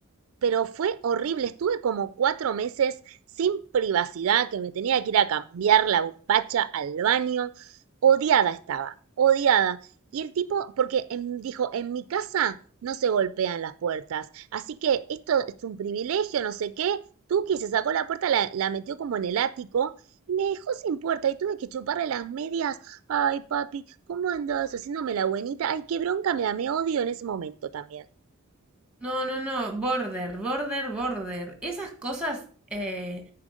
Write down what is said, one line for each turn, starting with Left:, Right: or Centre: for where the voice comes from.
Right: pero fue horrible. Estuve como cuatro meses sin privacidad, que me tenía que ir a cambiar la bombacha al baño. Odiada estaba, odiada. Y el tipo, porque en- dijo, en mi casa no se golpean las puertas, así que esto es un privilegio, no sé qué. Tuki se sacó la puerta, la, la metió como en el ático y me dejó sin puerta y tuve que chuparle las medias. Ay, papi, ¿cómo andas? Haciéndome la buenita. Ay, qué bronca me da, me odio en ese momento también.
Centre: No, no, no, border, border, border. Esas cosas, eh,